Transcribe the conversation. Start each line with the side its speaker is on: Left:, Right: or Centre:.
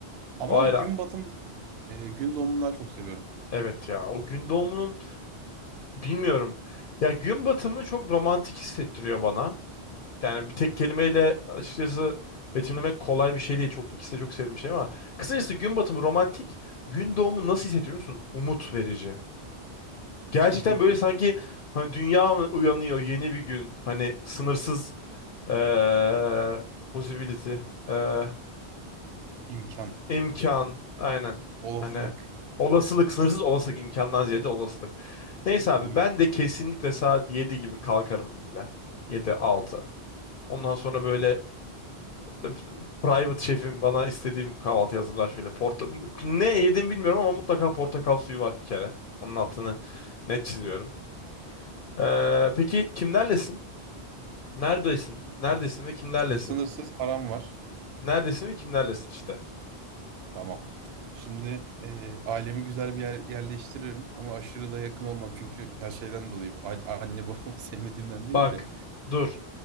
Right: Ama
Left: O ayrı.
Right: gün
Left: abi.
Right: batım e, gün doğumunu daha çok seviyorum.
Left: Evet ya o gün doğumunun bilmiyorum. Ya gün batımı çok romantik hissettiriyor bana. Yani bir tek kelimeyle açıkçası betimlemek kolay bir şey değil. Çok ikisi de çok sevdiğim şey ama kısacası gün batımı romantik, gün doğumu nasıl hissettiriyor musun? Umut verici.
Right: <laughs>
Left: Gerçekten böyle sanki hani dünya uyanıyor yeni bir gün. Hani sınırsız eee possibility, eee,
Right: İmkan,
Left: imkan aynen.
Right: olasılık
Left: Hani olasılık sınırsız olasılık imkandan ziyade olasılık. Neyse abi
Right: aynen.
Left: ben de kesinlikle saat 7 gibi kalkarım böyle. yedi altı Ondan sonra böyle öp- private şefim bana istediğim kahvaltı hazırlar şöyle. Porta ne yedim bilmiyorum ama mutlaka portakal suyu var bir kere. Onun altını net çiziyorum. Ee, peki kimlerlesin? Neredesin? Neredesin
Right: Abi,
Left: ve kimlerlesin?
Right: şimdi sınırsız param var.
Left: Neredesin ve kimlerlesin işte.
Right: Tamam. Şimdi eee, ailemi güzel bir yer, yerleştiririm ama aşırı da yakın olmam çünkü her şeyden dolayı A- anne babamı <laughs> sevmediğimden değil
Left: Bak,
Right: de
Left: dur.